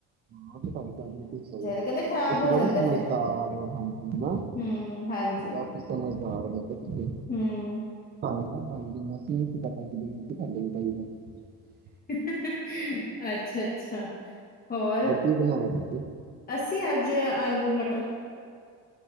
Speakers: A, on the right (about 25°); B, on the left (about 25°).
A: ਹਾਂ, ਤੇ ਤਾਡੀ ਗਲ ਬਿਲਕੁਲ ਸਹੀ ਏ।
B: ਕਹਿੰਦੇ ਖ਼ਰਾਬ
A: ਤੁਸੀਂ
B: ਹੋ
A: ਬੜੇ
B: ਜਾਂਦਾ
A: ਸਮਝਦਾਰ
B: ਫਿਰ
A: ਔ, ਹਾਂਜੀ ਹੈਨਾ
B: ਹਮ ਹਾਂਜੀ
A: ਕਾਫੀ ਸਮਝਦਾਰ ਔ ਮੈ ਕਿਆ ਤੁਸੀਂ।
B: ਹਮ
A: <unintelligible> ਨਈ ਸੀ ਪਤਾ ਕਿ ਬਈ ਕੀ ਸਾਡੇ ਵੀ ਬਈ ਦੈ। <unintelligible>
B: <inaudible> ਅੱਛਾ -ਅੱਛਾ। ਹੋਰ,
A: ਕੀ ਬਣਾਇਆ ਤੁਸੀਂ?
B: ਅਸੀਂ ਅੱਜ ਆਲੂ ਮਟ <unintelligible>